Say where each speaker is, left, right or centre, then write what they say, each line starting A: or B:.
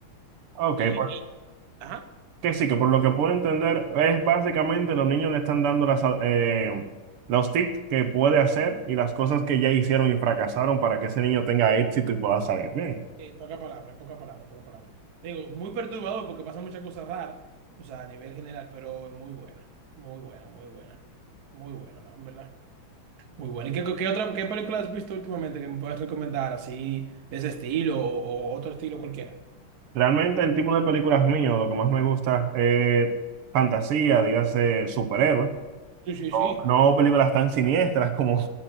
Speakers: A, on the right; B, on the right.
A: Ok,
B: Y,
A: por-
B: ajá.
A: que sí, que por lo que puedo entender, es básicamente los niños le están dando las, eh, los tips que puede hacer y las cosas que ya hicieron y fracasaron para que ese niño tenga éxito y pueda salir bien.
B: En pocas palabras, en pocas palabras, en pocas palabras. Te digo, muy perturbador porque pasa muchas cosas raras, o sea, a nivel general, pero es muy buena, muy buena, muy buena, muy buena, ¿no? En verdad. Muy buena. ¿Y qué, qué otra, qué película has visto últimamente que me puedas recomendar así, de ese estilo o, o otro estilo cualquiera?
A: Realmente el tipo de películas mío, lo que más me gusta es fantasía, dígase superhéroes.
B: Sí, sí,
A: no,
B: sí.
A: no películas tan siniestras como,